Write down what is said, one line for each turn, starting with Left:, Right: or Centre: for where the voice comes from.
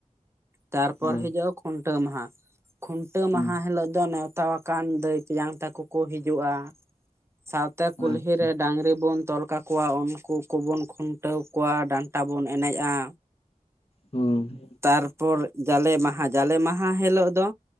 Right: ᱛᱟᱨᱯᱚᱨ
Left: ᱦᱳᱭ
Right: ᱦᱤᱡᱩᱜᱼᱟ ᱼᱼ ᱠᱷᱩᱱᱴᱟᱹᱣ ᱢᱟᱦᱟ᱾ ᱠᱷᱩᱱᱴᱟᱹᱣ
Left: ᱦᱩᱸ
Right: ᱢᱟᱦᱟ ᱦᱤᱞᱳᱜ ᱫᱚ ᱱᱮᱣᱛᱟ-ᱣᱟ ᱼᱼ ᱠᱟᱱ ᱫᱟᱹᱭ ᱛᱮᱭᱟᱝ ᱛᱟᱠᱚ ᱠᱚ ᱦᱤᱡᱩᱜᱼᱟ। ᱥᱟᱶᱛᱮ ᱠᱩᱞᱦᱤ
Left: ᱟᱪᱪᱷᱟ
Right: ᱨᱮ ᱰᱟᱝᱨᱤ ᱵᱚᱱ ᱼᱼ ᱛᱚᱞ ᱠᱟᱠᱚᱣᱟ ᱩᱱᱠᱩ ᱠᱚᱵᱚᱱ ᱠᱷᱩᱱᱴᱟᱹᱣ ᱠᱚᱣᱟ। ᱰᱟᱱᱴᱟ ᱵᱚᱱ ᱮᱱᱮᱡᱼᱟ।
Left: ᱦᱩᱸ᱾
Right: ᱛᱟᱨᱯᱚᱨ ᱡᱟᱞᱮ ᱢᱟᱦᱟ। ᱡᱟᱞᱮ ᱢᱟᱦᱟ ᱦᱤᱞᱳᱜ ᱫᱚ,